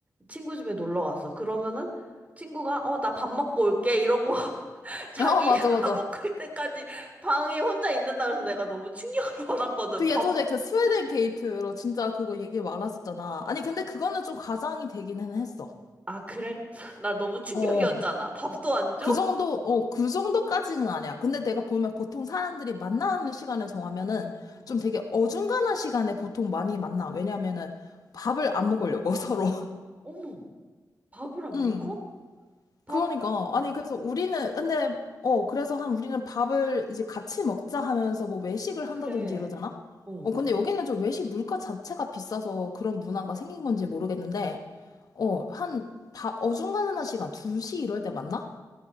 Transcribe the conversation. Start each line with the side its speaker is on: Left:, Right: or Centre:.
Right: 친구 집에 놀러 갔어. 그러면은 친구가 어, 나 밥 먹고 올게 이러고 <laughs> 자기
Left: 어, 맞아,
Right: <laughs>
Left: 맞아.
Right: 먹을 때까지 방에 혼자 있는다 그래서 내가 너무 충격을 <laughs> 받았거든.
Left: 그
Right: 밥,
Left: 예전에 그 스웨덴 게이트로 진짜 그거 얘기 많았었잖아. 아니, 근데 그거는 좀 가장이 되기는 했어.
Right: 아, 그래? <laughs> 나 너무 충격이었잖아.
Left: 어.
Right: 밥도 안 줘?
Left: 그 정도, 어, 그 정도까지는 아니야. 근데 내가 보면 보통 사람들이 만나는 시간을 정하면은
Right: 음.
Left: 좀 되게 어중간한 시간에 보통 많이 만나. 왜냐면은 밥을 안 먹으려고 <laughs> 서로.
Right: 어머. 밥을 안
Left: 응.
Right: 먹어? 밥을,
Left: 그러니까. 아니, 그래서 우리는, 근데, 어, 그래서 한 우리는 밥을 이제 같이 먹자 하면서 뭐 외식을 한다든지
Right: 그래.
Left: 이러잖아?
Right: 어,
Left: 어, 근데 여기는 좀 외식 물가 자체가 비싸서 그런 문화가 생긴 건지 모르겠는데, 어, 한 밥 어중간한 시간, 2시 이럴 때 만나?